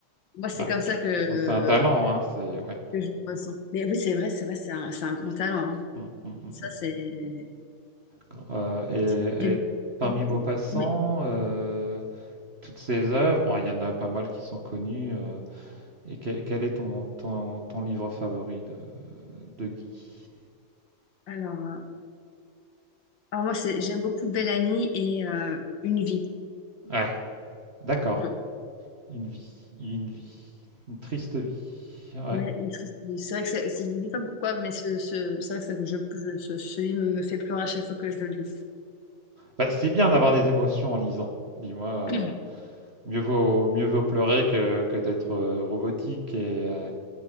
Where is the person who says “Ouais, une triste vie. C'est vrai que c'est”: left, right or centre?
Left